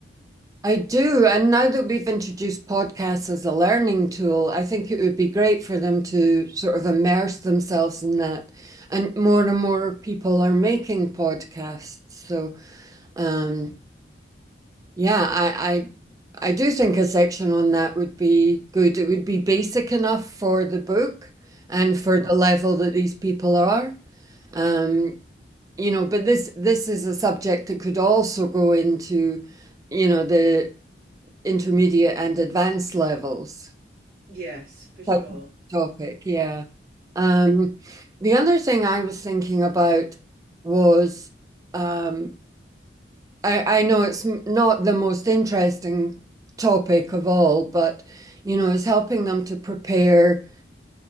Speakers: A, on the right; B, on the right.
A: I do. And now that we've introduced podcasts as a learning tool, I think it would be great for them to sort of immerse themselves in that. And more and more people are making podcasts. So, um, Yeah, I, I I do think a section on that would be good. It would be basic enough for the book and for the level that these people are. Um, you know, but this this is a subject that could also go into, you know, the intermediate and advanced levels
B: yes, for sure.
A: type of topic. Yeah. Um, the other thing I was thinking about was um, I, I know it's not the most interesting topic of all, but you know, it's helping them to prepare,